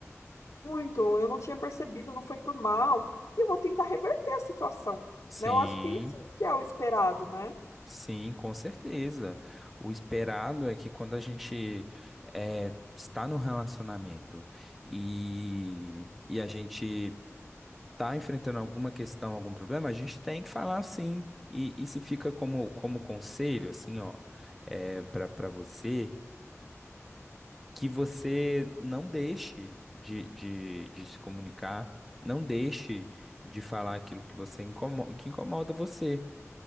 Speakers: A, on the left; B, in the centre.
A: muito, eu não tinha percebido, não foi por mal. E eu vou tentar reverter a situação,
B: Sim,
A: né? Eu acho que isso que é o esperado, né?
B: sim, com certeza. O esperado é que quando a gente é, está num relacionamento e, e a gente está enfrentando alguma questão, algum problema, a gente tem que falar sim. E, e se fica como, como conselho, assim, ó, é, para para você. que você não deixe de, de, de se comunicar, não deixe de falar aquilo que você incomoda, que incomoda você.